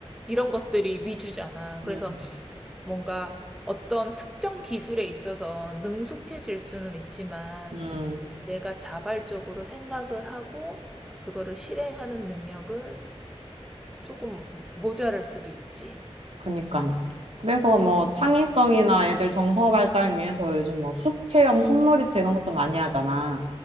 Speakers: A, in the centre; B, on the right.
A: 이런 것들이 위주잖아. 그래서
B: 음,
A: 뭔가 어떤 특정 기술에 있어서 능숙해질 수는 있지만
B: 음,
A: 내가 자발적으로 생각을 하고 그거를 실행하는 능력은 조금 모자랄 수도 있지.
B: 그니까. 그래서 뭐 창의성이나 애들 정서 발달 위해서 요즘 뭐 숲 체험, 숲놀이터 이런 것도 많이 하잖아.